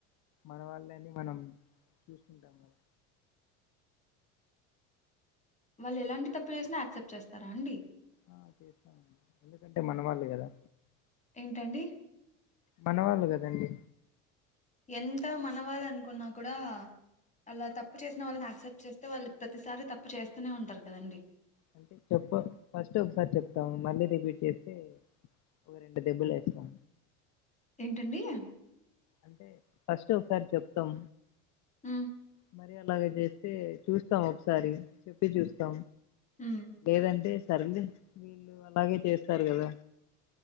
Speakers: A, on the left (about 50°); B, on the left (about 20°).
A: మన వాళ్ళని మనం చూసుకుంటాము కదా
B: వాళ్ళు ఎలాంటి తప్పు చేసినా యాక్సెప్ట్ చేస్తారా అండి
A: ఆ చేస్తామండి ఎందుకంటే మనవాళ్ళు కదా
B: ఏంటండి
A: మనవాళ్ళు కదండి
B: ఎంత మనవాళ్ళు అనుకున్నా కూడా అలా తప్పు చేసిన వాళ్ళని అక్సెప్ట్ చేస్తే వాళ్ళు ప్రతిసారి తప్పు చేస్తూనే ఉంటారు కదండి
A: అంటే చెప్పు ఫస్ట్ ఒకసారి చెప్తాము మళ్ళీ రిపీట్ చేస్తే ఒ రెండు దెబ్బలు ఎస్తాం
B: ఏంటండియా
A: అంటే ఫస్ట్ ఒకసారి చెప్తాం
B: ఉ
A: మరి అలాగ చేస్తే చూస్తాం ఒకసారి చెప్పి చూస్తాం
B: ఉమ్
A: లేదంటే సర్లే వీళ్ళు అలాగే చేస్తారు కదా